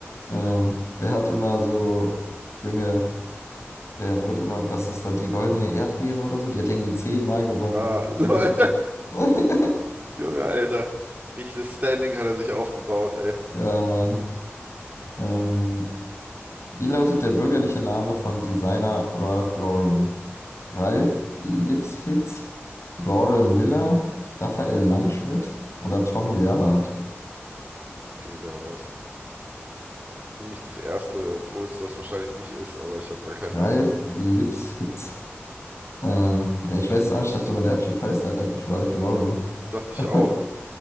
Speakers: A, on the left; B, on the right.
A: Ähm, der hat immer so junge. Der wurde immer, was ist das da, die goldene Erdbeere oder so? Die hat irgendwie zehnmal gewonnen.
B: Ah, <laughs>
A: So.
B: lol.
A: <laughs>
B: Junge, Alter. Richtiges Standing hat er sich aufgebaut, ey.
A: Ja, Mann. Ähm, wie lautet der bürgerliche Name von Designer Ralph Lauren? Ralph Lifshitz, Lauren Miller, Raphael Langschmidt oder Tom Gerhardt?
B: Digga, was? Nämlich das erste, obwohl es das wahrscheinlich nicht ist, aber ich habe gar keine
A: Ralph
B: Ahnung.
A: Lifshitz. Ähm, ja, ich weiß es auch nicht, ich dachte mal, der Typ heißt halt einfach Ralph Lauren.
B: Dachte ich
A: <laughs>
B: auch.